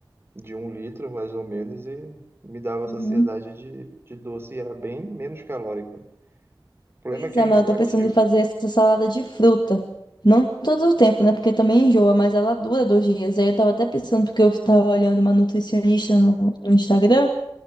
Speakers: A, on the right (about 30°); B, on the left (about 60°).
A: de um litro, mais ou menos, e me dava
B: Uhum.
A: saciedade de, de doce e era bem menos calórico O problema
B: Pois
A: é que
B: é,
A: é
B: mas
A: enjoativo.
B: eu tô pensando em fazer essa salada de fruta. Não todo o tempo, né? Porque também enjoa, mas ela dura dois dias. Aí eu tava até pensando, porque eu tava olhando uma nutricionista no, no Instagram,